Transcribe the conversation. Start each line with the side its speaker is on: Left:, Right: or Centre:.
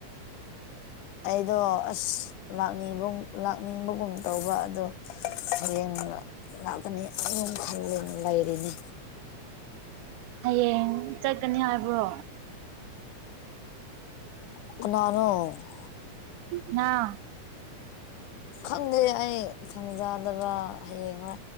Left: ꯑꯩꯗꯣ ꯑꯁ ꯂꯥꯛꯅꯤꯡꯒꯨꯝ ꯂꯥꯛꯅꯤꯡꯕꯒꯨꯝ ꯇꯧꯕ ꯑꯗꯣ <unintelligible> ꯍꯌꯦꯡꯅ ꯂꯥꯛꯀꯅꯤ ꯑꯗꯨꯝ ꯈꯜꯂꯦꯟ ꯂꯩꯔꯤꯅꯤ
Right: ꯍꯌꯦꯡ ꯆꯠꯀꯅꯤ ꯍꯥꯏꯕ꯭ꯔꯣ
Left: ꯀꯅꯥꯔꯣ
Right: ꯅꯥ
Left: ꯈꯪꯗꯦ ꯑꯩ ꯊꯪꯖꯥꯗꯔꯥ ꯍꯌꯦꯡꯔꯥ